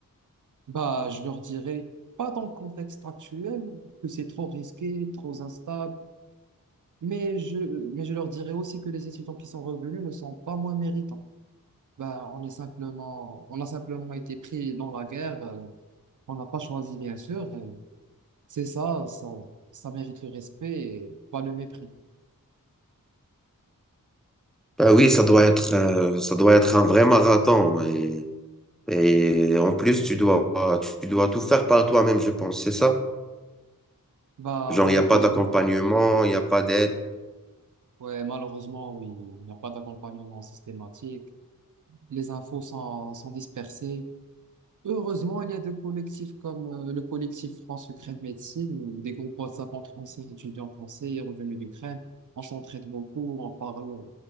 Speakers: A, on the right; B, in the centre.
A: Bah, je leur dirais pas dans le contexte actuel que c'est trop risqué, trop instable, mais je mais je leur dirais aussi que les étudiants qui sont revenus ne sont pas moins méritants. Ben, on est simplement, on a simplement été pris dans la guerre, euh, on n'a pas choisi, bien sûr. et C'est ça, ça, ça mérite le respect et pas le mépris.
B: Ben oui, ça doit être, euh, ça doit être un vrai marathon. Et en plus, tu dois, tu dois tout faire par toi-même, je pense, c'est ça?
A: Bah,
B: Genre,
A: malheureusement,
B: il n'y a pas d'accompagnement, il n'y a pas d'aide.
A: ouais, malheureusement, oui, il n'y a pas d'accompagnement systématique. Les infos sont, sont dispersées. Heureusement, il y a des collectifs comme euh, le collectif France-Ukraine Médecine, où des groupes WhatsApp entre anciens étudiants français et revenus d'Ukraine. On s'entraide beaucoup, on parle,